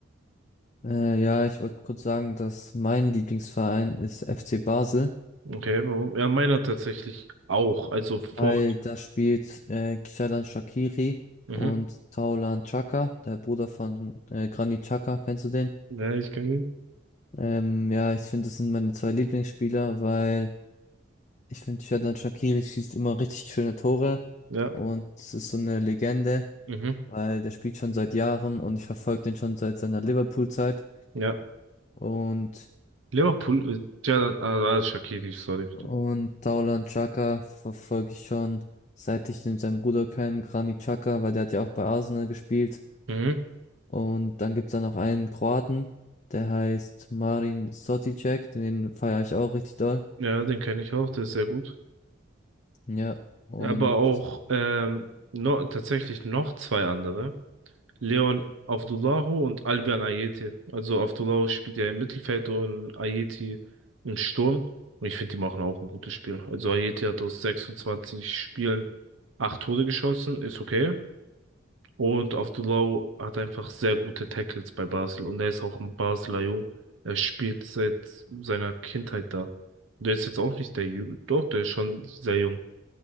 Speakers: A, on the left (about 35°); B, on the right (about 80°).
A: äh, ja, ich wollte kurz sagen, dass mein Lieblingsverein ist FC Basel.
B: Okay, warum? Ja, meiner tatsächlich auch. Also vor.
A: Weil da spielt äh, Xhalan Shaqiri
B: Mhm.
A: und Taulan Chaka, der Bruder von äh, Granit Xhaka, kennst du den?
B: Ja, ich kann ihn.
A: Ähm, ja, ich finde, das sind meine zwei Lieblingsspieler, weil ich finde, Xherdan Shaqiri schießt immer richtig schöne Tore
B: Ja.
A: und es ist so eine Legende,
B: Mhm.
A: weil der spielt schon seit Jahren und ich verfolge den schon seit seiner Liverpool-Zeit
B: Ja.
A: und,
B: Liverpool, äh, Jadon, ah, ah, Shaqiri, sorry.
A: und Taulan Chaka verfolge ich schon, seit ich den, seinen Bruder kenne, Granit Xhaka, weil der hat ja auch bei Arsenal gespielt.
B: Mhm.
A: Und dann gibt's da noch einen Kroaten, der heißt Marin Soticek, den feiere ich auch richtig doll.
B: Ja, den kenne ich auch, der ist sehr gut.
A: Ja, und
B: Aber auch ähm, no, tatsächlich noch zwei andere. Leon Avdulahu und Albion Ayeti. Also Avdulahu spielt ja im Mittelfeld und Ayeti im Sturm. Und ich finde, die machen auch ein gutes Spiel. Also Ayeti hat aus 26 Spielen acht Tore geschossen, ist okay. Und Avdulahu hat einfach sehr gute Tackles bei Basel. Und er ist auch ein Basler Jung. Er spielt seit seiner Kindheit da. Der ist jetzt auch nicht der Jü- Doch, der ist schon sehr jung.